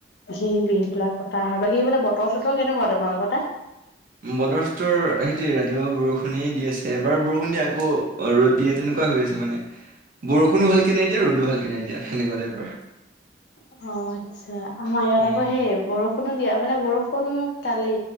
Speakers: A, on the left (about 60°); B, on the right (about 50°).
A: সেই বি। এইবিলাক পা হয় বাক সেইবিল বতৰ চতৰ কেনেকুৱা। তমাৰ কথা।
B: বদৰ চদৰ, সেইটো ৰাতিপুৱা বৰষুণেই দি আছে এবাৰ বৰষুণ দি আকৌ ৰ'দ দিয়ে তেনেকুৱা হৈ আছে মানে বৰষুণো ভালকে নাইদিয়া ৰ'দো ভালকে নাইদিয়া সেনেুৱা টাইপৰ।
A: অ আচ্ছা, আমাৰ ইয়াত
B: উম,
A: আকৌ সেই বৰষুণ। বৰষুনো দিয়া মানে বৰষুণ কালি,